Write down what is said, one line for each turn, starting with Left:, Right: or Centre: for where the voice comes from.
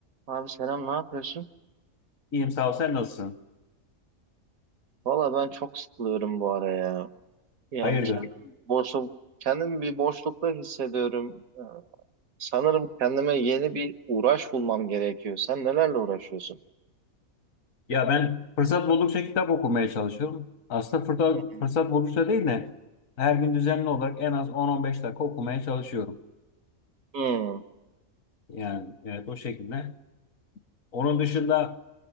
Right: Abi selam ne yapıyorsun?
Left: İyiyim sağ ol. Sen nasılsın?
Right: Valla ben çok sıkılıyorum bu ara ya. Yani
Left: Hayırdır?
Right: kendim boşluk, kendim bir boşlukta hissediyorum. Ee, Sanırım kendime yeni bir uğraş bulmam gerekiyor. Sen nelerle uğraşıyorsun?
Left: Ya ben fırsat buldukça kitap okumaya çalışıyorum. Aslında fırsat,
Right: Hı hı.
Left: fırsat buldukça değil de her gün düzenli olarak en az 10-15 dakika okumaya çalışıyorum.
Right: Hmm.
Left: Yani evet o şekilde. Onun dışında